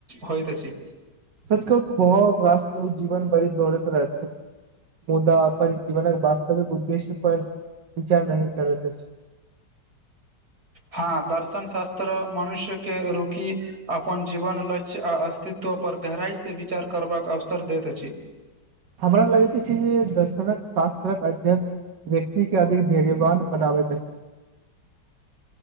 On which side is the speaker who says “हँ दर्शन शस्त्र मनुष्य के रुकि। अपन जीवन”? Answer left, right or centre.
Right